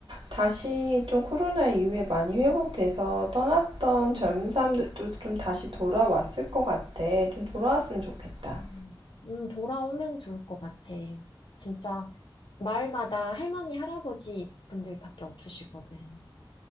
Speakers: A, on the right (about 75°); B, on the left (about 70°).
A: 다시 좀 코로나 이후에 많이 회복돼서 떠났던
B: 음.
A: 젊은 사람들도 좀 다시 돌아왔을 것 같아. 좀 돌아왔으면 좋겠다.
B: 음, 음, 돌아오면 좋을 것 같아. 진짜 마을마다 할머니, 할아버지 분들밖에 없으시거든.